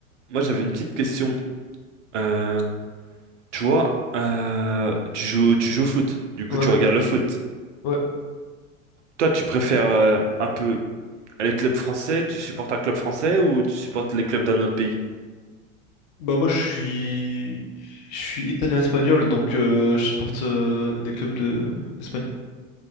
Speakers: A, on the right (about 60°); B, on the left (about 35°).
A: moi, j'avais une petite question. Euh, tu vois, euh, tu joues, tu joues au foot. Du coup,
B: Ouais,
A: tu regardes le foot.
B: ouais.
A: Toi, tu préfères euh, un peu les clubs français? Tu supportes un club français ou tu supportes les clubs d'un autre pays?
B: Bah moi je suis je suis italien-espagnol donc euh, je supporte euh, des clubs de d'Espagne.